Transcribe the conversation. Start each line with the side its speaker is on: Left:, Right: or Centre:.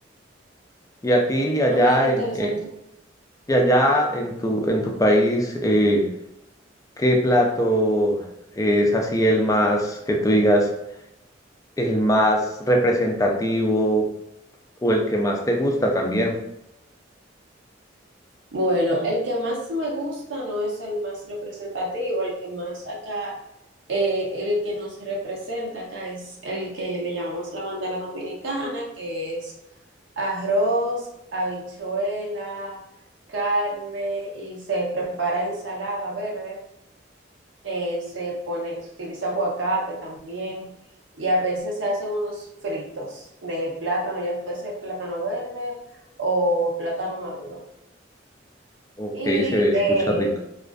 Left: Y a ti allá
Right: Ah, mira qué
Left: en
Right: interesante.
Left: eh, y allá en tu en tu país eh, ¿qué plato es así el más que tú digas el más representativo o el que más te gusta también?
Right: Bueno, el que más me gusta no es el más representativo, el que más acá, eh, el que nos representa acá es el que le llamamos la bandera dominicana, que es arroz, habichuela, carne y se prepara ensalada verde eh, se pone, se utiliza aguacate también y a veces se hacen unos fritos de plátano, ya puede ser plátano verde o plátano maduro.
Left: Ok,
Right: Y
Left: se escucha
Right: eh,
Left: rico.